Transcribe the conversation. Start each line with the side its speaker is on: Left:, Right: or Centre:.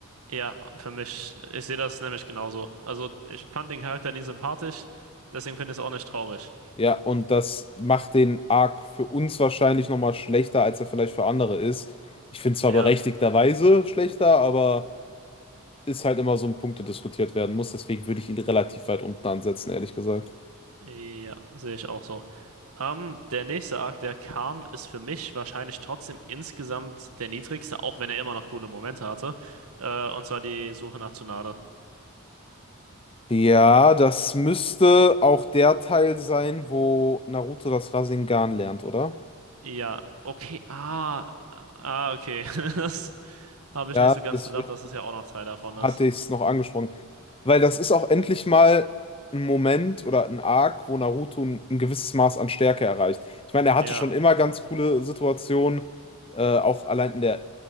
Right: Ja, für mich, ich sehe das nämlich genauso. Also, ich fand den Charakter nie sympathisch, deswegen finde ich es auch nicht traurig.
Left: Ja, und das macht den Arc für uns wahrscheinlich nochmal schlechter, als er vielleicht für andere ist. Ich finde zwar
Right: Ja,
Left: berechtigterweise schlechter, aber ist halt immer so ein Punkt, der diskutiert werden muss. Deswegen würde ich ihn relativ weit unten ansetzen, ehrlich gesagt.
Right: ja, sehe ich auch so. Ähm, der nächste Arc, der kam, ist für mich wahrscheinlich trotzdem insgesamt der niedrigste, auch wenn er immer noch coole Momente hatte. Äh, und zwar die Suche nach Tsunade.
Left: Ja, das müsste auch der Teil sein, wo Naruto das Rasengan lernt, oder?
Right: Ja, okay, ah, ah, okay. <laughs> Das habe
Left: Ja,
Right: ich nicht so ganz
Left: deswegen
Right: bedacht, dass das ja auch noch Teil davon
Left: hatte
Right: ist.
Left: ich es noch angesprochen. Weil das ist auch endlich mal ein Moment oder ein Arc, wo Naruto ein, ein gewisses Maß an Stärke erreicht. Ich meine, er hatte
Right: Ja,
Left: schon immer ganz coole Situationen, äh, auch allein in der